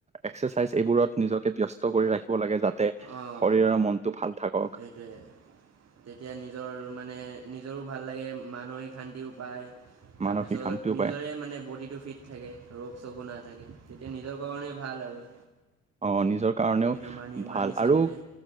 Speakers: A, on the right; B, on the right.
A: এক্সাৰচাইজ এইবোৰত নিজকে ব্যস্ত কৰি ৰাখিব লাগে। যাতে
B: অঁ
A: শৰীৰৰ
B: অঁ
A: মনটো ভাল থাকক
B: সেইটোৱে তেতিয়া নিজৰ মানে নিজৰো ভাল লাগে মানসিক শান্তিও পায়। তাৰপিছত
A: মানসিক শান্তিও
B: নিজৰে
A: পায়
B: মানে বডিটো ফিট থাকে ৰোগ চোগো নাথাকে। তেতিয়া নিজৰ কাৰণে ভাল, আৰু
A: অ নিজৰ কাৰণেও
B: সেইটো মানি
A: ভাল
B: মানি চলিলে
A: আৰু